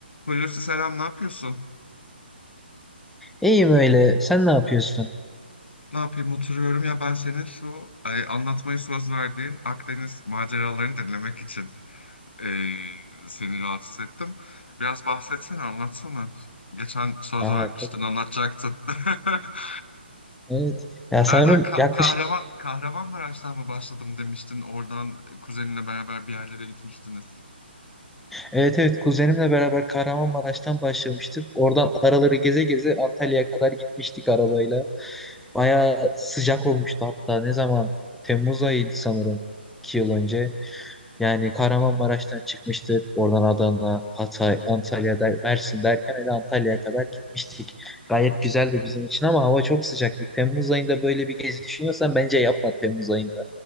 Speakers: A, on the left; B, in the centre.
A: Hulusi selam, ne yapıyorsun?
B: İyiyim öyle. Sen ne yapıyorsun?
A: Ne yapayım oturuyorum ya ben senin şu ay, anlatmayı söz verdiğin Akdeniz maceralarını dinlemek için e, seni rahatsız ettim. Biraz bahsetsene, anlatsana. Geçen söz
B: Aa
A: vermiştin,
B: tabii.
A: anlatacaktın. <laughs>
B: Evet. Ya
A: Nereden
B: sanırım
A: Ka
B: yaklaşık
A: Kahraman Kahramanmaraş'tan mı başladım demiştin? Oradan kuzeninle beraber bir yerlere gitmiştiniz.
B: evet evet kuzenimle beraber Kahramanmaraş'tan başlamıştık. Oradan araları geze geze Antalya'ya kadar gitmiştik arabayla. Bayağı sıcak olmuştu hatta. Ne zaman? Temmuz ayıydı sanırım. iki yıl önce. Yani Kahramanmaraş'tan çıkmıştık. Oradan Adana, Hatay, Antalya, der, Mersin derken hele Antalya'ya kadar gitmiştik. Gayet güzeldi bizim için ama hava çok sıcaktı. Temmuz ayında böyle bir gezi düşünüyorsan bence yapma Temmuz ayında.